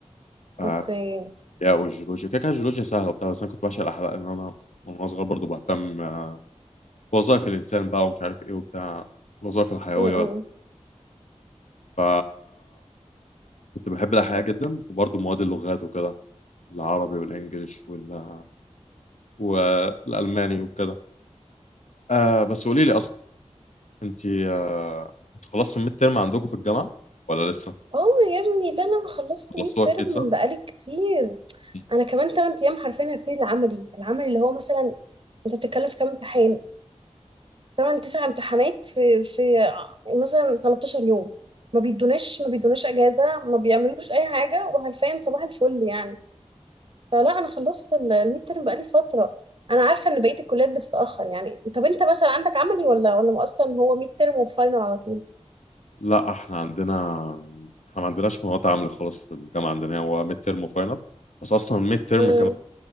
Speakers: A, on the left (about 80°); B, on the right (about 45°).
A: آه،
B: اوكي
A: الاحياء والجيولوجيا كده كده الجيولوجيا سهله وبتاع بس انا كنت بعشق الاحياء لان انا من وأنا صغير برضه بهتم آه، بوظائف الانسان بقى ومش عارف ايه وبتاع الوظائف الحيويه
B: امم
A: ولا ف كنت بحب الاحياء جدا وبرضه مواد اللغات وكده العربي والانجليش وال والالماني وكده آه بس قولي لي اصلا انت آه، انت خلصت الميد ترم عندكم في الجامعه ولا لسه؟
B: اه يا ابني لا لا انا خلصت
A: خلصتوها
B: 100 ترم
A: اكيد صح؟
B: من بقالي كتير
A: مم.
B: انا كمان 8 ايام حرفيا هبتدي العملي العملي اللي هو مثلا انت بتتكلم في كام امتحان تمن تسع امتحانات في في مثلا 13 يوم ما بيدوناش ما بيدوناش اجازه ما بيعملوش اي حاجه وحرفيا صباح الفل يعني فلا انا خلصت ال- الميد ترم بقالي فتره انا عارفه ان بقيه الكليات بتتاخر يعني طب انت مثلا عندك عملي ولا ولا اصلا هو ميد ترم وفاينل على طول
A: لا احنا عندنا احنا ما عندناش مواد عامله خالص في الجامعه عندنا هو ميد ترم وفاينل بس اصلا الميد ترم
B: امم
A: كمان